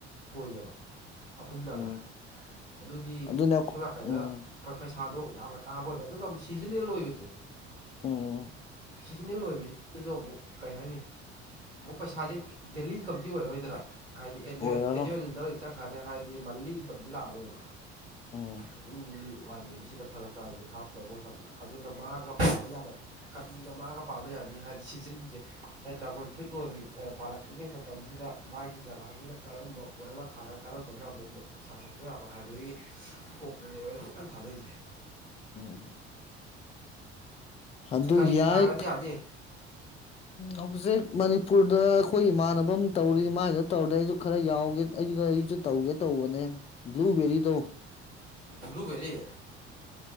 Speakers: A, on the right (about 85°); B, on the left (about 20°).
A: ꯑꯣꯏꯌꯦꯕ ꯑꯍꯨꯝꯂꯒ
B: ꯎꯝ
A: ꯑꯗꯨꯗꯤ
B: ꯑꯗꯨꯅꯦ ꯑꯩꯈꯣ-
A: ꯁꯣꯝ ꯅꯛꯀꯥꯟꯗ
B: ꯎꯝ
A: ꯄꯩꯁꯥꯗꯣ ꯌꯥꯝꯅ ꯀꯥꯕ ꯑꯣꯏꯕ ꯑꯗꯨꯒ ꯑꯃꯨꯛ ꯁꯤꯖꯟꯅꯜ ꯑꯣꯏꯕꯁꯦ
B: ꯎꯝ
A: ꯁꯤꯖꯤꯟꯅꯜ ꯑꯣꯏꯕꯁꯤꯗꯁꯨ ꯑꯃꯨꯛ ꯀꯔꯤ ꯍꯥꯏꯅꯤ ꯑꯃꯨꯛ ꯄꯩꯁꯥꯁꯤ ꯗꯦꯜꯂꯤ ꯏꯟꯀꯝꯗꯤ ꯑꯣꯏꯔꯔꯣꯏꯗꯅ ꯍꯥꯏꯗꯤ ꯑꯦꯅꯨꯋꯦꯜ
B: ꯑꯣꯏꯔꯔꯣꯏ
A: ꯑꯦꯅꯨꯋꯦꯜꯗꯗꯤ ꯆꯠꯈ꯭ꯔꯅꯤ ꯍꯥꯏꯔꯗꯤ ꯃꯟꯂꯤ ꯏꯟꯀꯝꯗꯤ ꯂꯥꯛꯑꯔꯣꯏꯕ
B: ꯎꯝ
A: ꯑꯗꯨꯒꯤ ꯋꯥꯅꯦ ꯁꯤꯗ ꯐꯔꯛ ꯇꯥꯁꯦ ꯐꯥꯝ ꯇꯧꯕ ꯃꯇꯝꯗ ꯑꯗꯨꯅ ꯃꯥꯒ ꯄꯥꯕ ꯌꯥꯕ ꯀꯔꯤꯒ ꯃꯥꯒ ꯄꯥꯕ ꯌꯥꯅꯤ ꯍꯥꯏꯗꯤ ꯁꯤꯖꯤꯟꯁꯦ ꯗ ꯀꯝꯐ꯭ꯂꯤꯠ ꯂ ꯄꯥꯜꯂꯛꯇ꯭ꯔꯤꯉꯩ ꯃꯇꯝꯁꯤꯗ ꯃꯥꯒꯤ ꯖꯒꯥꯁꯤꯗ ꯀꯔꯝꯕ ꯄꯣꯠ ꯑꯃ ꯊꯥꯔꯒ ꯀꯔꯝꯕꯅ ꯑꯃꯨꯛ ꯄꯩꯁꯥ ꯀꯛꯄ ꯌꯥꯕ ꯍꯥꯏꯕꯗꯒꯤ ꯀꯣꯛꯇꯨꯅꯦꯕ ꯑ ꯀꯟꯅ ꯊꯥꯗꯩꯁꯦ
B: ꯎꯝ ꯑꯗꯨ
A: ꯀꯔꯤ ꯊꯥꯒꯗꯤ
B: ꯌꯥꯏ
A: ꯌꯥꯅꯤ
B: ꯍꯧꯖꯤꯛ ꯃꯅꯤꯄꯨꯔꯗ ꯑꯩꯈꯣꯏ ꯏꯃꯥꯟꯅꯕ ꯑꯃ ꯇꯧꯔꯤ ꯃꯥꯏꯁꯤꯗ ꯇꯧꯔꯗ ꯑꯩꯁꯨ ꯈꯔ ꯌꯥꯎꯒꯦ ꯑꯩ ꯑꯩꯁꯨ ꯇꯧꯒꯦ ꯇꯧꯦ ꯕꯂꯨ ꯕꯦꯔꯦ ꯇꯣ
A: ꯕ꯭ꯂꯨꯕꯦꯜꯂꯤ